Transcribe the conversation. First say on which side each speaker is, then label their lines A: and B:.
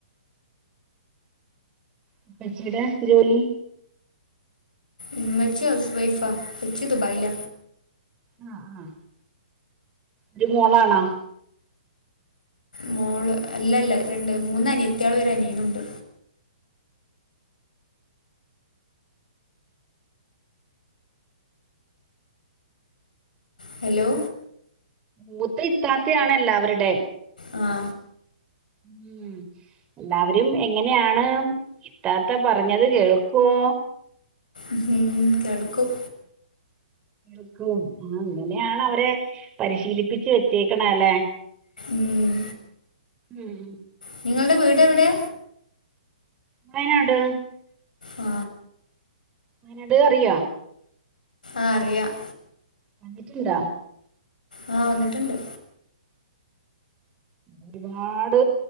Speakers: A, on the right; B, on the left.
A: ഉപ്പച്ചിടെ ജോലി
B: ഉമ്മച്ചി ഹൗസ് വൈഫാ ഉപ്പച്ചി ദുബായില
A: ആ ആ ഒരു മോളാണോ
B: മോള് അല്ലല്ല രണ്ട് മൂന്ന് അനിയത്തയള് ഒരു അനിയനുണ്ട് ഹലോ
A: മൂത്ത ഇത്താത്ത ആണ് എല്ലാവരുടേം
B: ആ
A: ഉം എല്ലാവരും എങ്ങനെയാണ് ഇത്താത്ത പറഞ്ഞത് കേൾക്കോ വോ
B: ഉം കേൾക്കും
A: കേൾക്കും ആ അങ്ങനെയാണ് അവരെ പരിശീലിപ്പിച്ചു വെച്ചേക്കണെ അലെ
B: ഉം
A: ഉം
B: നിങ്ങൾടെ വീട് എവിടെ
A: വയനാട്
B: ആ
A: വയനാട് അറിയോ
B: ആ അറിയാം
A: വന്നിട്ട്ണ്ടാ
B: ആ വന്നിട്ട്ണ്ട്
A: ഒരുപാട്